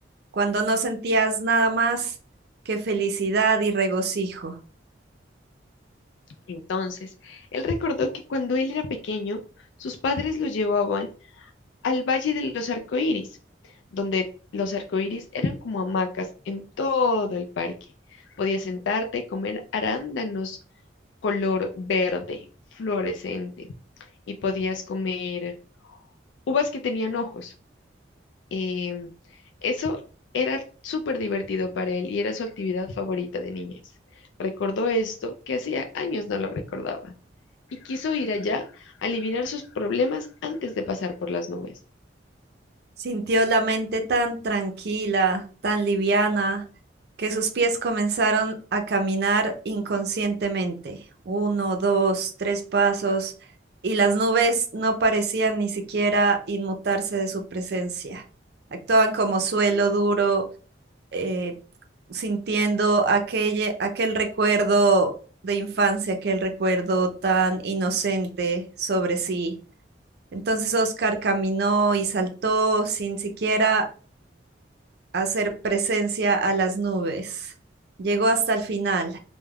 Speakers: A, on the right (about 55°); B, on the left (about 75°).
A: cuando no sentías nada más que felicidad y regocijo.
B: Entonces, él recordó que cuando él era pequeño, sus padres lo llevaban al Valle de los Arcoíris, donde los arcoíris eran como hamacas en todo el parque. Podías sentarte, comer arándanos color verde, fluorescente, y podías comer uvas que tenían ojos. Em, eso era súper divertido para él y era su actividad favorita de niñez. Recordó esto que hacía años no lo recordaba y quiso ir allá a eliminar sus problemas antes de pasar por las nubes.
A: Sintió la mente tan tranquila, tan liviana, que sus pies comenzaron a caminar inconscientemente. Uno, dos, tres pasos, y las nubes no parecían ni siquiera inmutarse de su presencia. Actuaban como suelo duro, eh, sintiendo aquel aquel recuerdo de infancia, aquel recuerdo tan inocente sobre sí entonces Oscar caminó y saltó sin siquiera hacer presencia a las nubes. Llegó hasta el final,